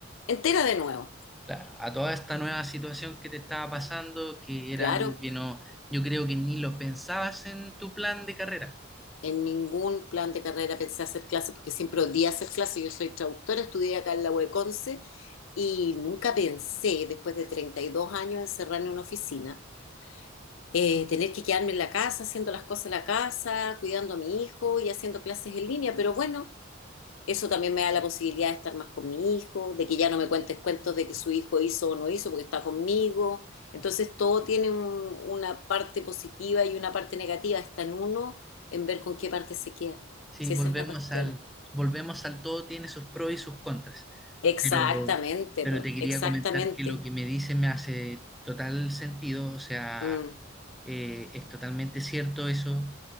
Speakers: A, on the left; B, in the centre.
A: entera de nuevo.
B: claro, a toda esta nueva situación que te estaba pasando, que era
A: Claro,
B: algo que no, yo creo que ni lo pensabas en tu plan de carrera.
A: En ningún plan de carrera pensé hacer clases porque siempre odié hacer clases. Yo soy traductora, estudié acá en la UECONCE y nunca pensé, después de 32 años, encerrarme en una oficina, eh, tener que quedarme en la casa, haciendo las cosas en la casa, cuidando a mi hijo y haciendo clases en línea. Pero bueno, eso también me da la posibilidad de estar más con mi hijo, de que ya no me cuentes cuentos de que su hijo hizo o no hizo porque está conmigo. Entonces todo tiene un- una parte positiva y una parte negativa. Está en uno en ver con qué parte se queda.
B: Sí,
A: Si
B: volvemos
A: esa es la cuestión.
B: al, volvemos al todo tiene sus pros y sus contras,
A: Exactamente,
B: pero, pero
A: po,
B: te quería
A: exactamente.
B: comentar que lo que me dice me hace total sentido, o sea,
A: Mm,
B: eh, es totalmente cierto eso.